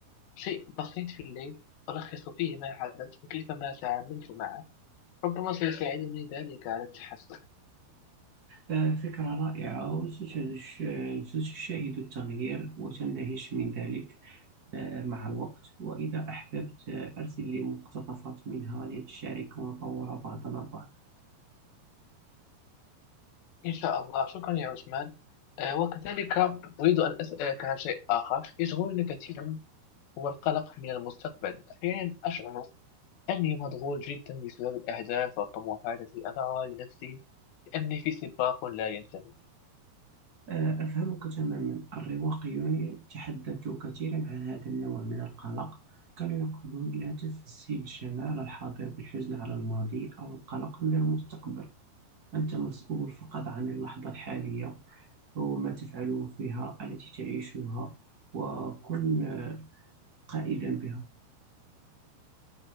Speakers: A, on the left; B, on the right.
A: شيء بسيط في الليل ألخص فيه ما حدث وكيف ما تعاملت معه ربما سيساعدني ذلك على التحسن
B: آه، فكرة رائعة وستش- ستشاهد التغيير وتندهش من ذلك آه، مع الوقت وإذا أحببت آه، أرسل لي مقتطفات منها لتشارك ونطور بعضنا البعض
A: إن شاء الله شكرا يا عثمان آه، وكذلك أريد أن أسألك عن شيء آخر يشغلني كثيرا هو القلق من المستقبل أحيانا أشعر أني مشغول جدا بسبب الأهداف والطموحات التي أضعها لنفسي لأني في سباق لا ينتهي
B: آه، أفهمك تماما الرواقيون تحدثوا كثيرا عن هذا النوع من القلق كانوا يقولون لا تفسد جمال الحاضر بالحزن على الماضي أو القلق من المستقبل أنت مسؤول فقط عن اللحظة الحالية وما تفعله فيها التي تعيشها وكن آه، قائدا بها